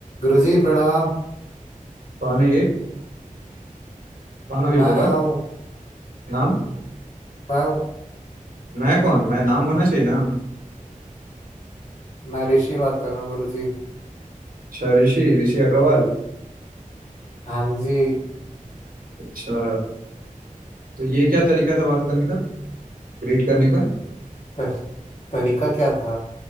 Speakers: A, on the left (about 55°); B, on the right (about 80°).
A: गुरुजी प्रणाम
B: कौन है ये कौन अभी
A: मैं
B: बोला
A: हूँ
B: नाम
A: मैं हूँ
B: मैं कौन मैं नाम होना चाहिए ना
A: मैं ऋषि बात कर रहा हूँ गुरुजी
B: अच्छा ऋषि ऋषि अग्रवाल
A: हाँ जी
B: अच्छा तो ये क्या तरीका था बात करने का ग्रीट करने का
A: तर, तरीका क्या था